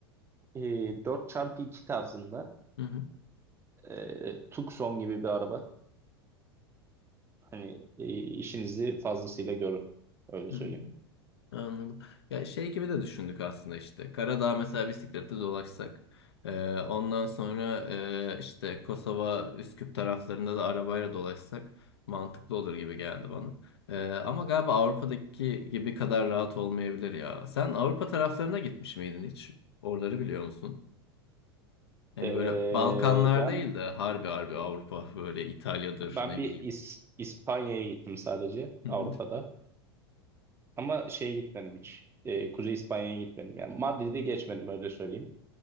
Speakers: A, on the right (about 20°); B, on the left (about 75°).
A: e, 4x2 tarzında
B: Hı hı.
A: e, Tucson gibi bir araba. Hani e, işinizi fazlasıyla görün. Öyle
B: hı.
A: söyleyeyim.
B: Anladım. Ya şey gibi de düşündük aslında işte. Karadağ mesela bisiklette dolaşsak. Ee, ondan sonra e, işte Kosova, Üsküp taraflarında da arabayla dolaşsak mantıklı olur gibi geldi bana. Ee, ama galiba Avrupa'daki gibi kadar rahat olmayabilir ya. Sen Avrupa taraflarına gitmiş miydin hiç? Oraları biliyor musun? Yani
A: Ee,
B: böyle Balkanlar
A: ben
B: değil de harbi harbi Avrupa böyle İtalya'dır
A: ben
B: ne
A: bir
B: bileyim.
A: İs- İspanya'ya gittim sadece
B: Hı
A: Avrupa'da.
B: hı,
A: Ama şeye gitmedim hiç. Ee, Kuzey İspanya'ya gitmedim. Yani Madrid'e geçmedim öyle söyleyeyim.